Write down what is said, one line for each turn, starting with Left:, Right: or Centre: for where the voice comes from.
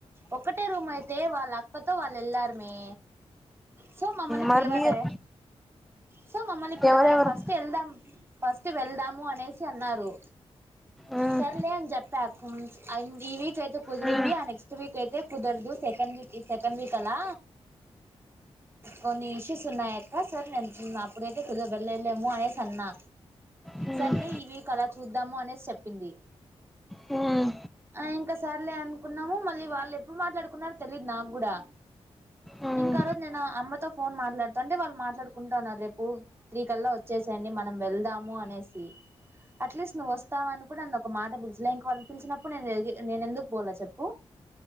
Right: ఒక్కటే రూమ్ అయితే వాళ్ళ అక్కతో వాళ్ళు వెళ్లారమే సో మమ్మల్ని
Centre: మరి
Right: పిలవలే
Centre: మీరు
Right: సో మమ్మల్ని పిలవలే
Centre: ఎవరెవరు
Right: ఫస్ట్ వెళ్దాం ఫస్ట్ వెళ్దాము అనేసి అన్నారు
Centre: మ్మ్
Right: సర్లే అని చెప్పా ఈ వీక్ అయితే కుదురుద్ది
Centre: మ్మ్
Right: ఆ నెక్స్ట్ వీక్ అయితే కుదరదు సెకండ్ వీక్ సెకండ్ వీక్ అలా కొన్ని ఇష్యూస్ ఉన్నయి అ సార్ నేను అప్పుడ అయితే కొంచం <unintelligible> వెళ్ళలేమో అనేే స అన్నా
Centre: మ్మ్
Right: సర్లే
Centre: మ్మ్
Right: ఇ వీక్ అలా చూద్దాము అనేసి చెప్పింది
Centre: మ్మ్
Right: ఆ ఇంకా సర్లే అనుకున్నాము మళ్ళీ మళ్ళీ వాళ్ళు ఎప్పుడు మాట్లాడుకున్నారో తెలియదు నాకు కూడా
Centre: మ్మ్
Right: ఇంకా ఆ రోజు నేను అమ్మతో ఫోన్ మాట్లాడుతంటే వాళ్ళు మాట్లాడుకుంటు ఉన్నారు రేపు త్రీ కల్లా వచ్చే మనం వెళ్దాము అనేసి అట్లీస్ట్ నువ్వు వస్తావ అని కూడా నన్న ఒక మాట పిలిచలే ఇంక వాళ్ళ పిలిచినప్పుడు నేను నేను ఎందుకు పోలే చెప్పు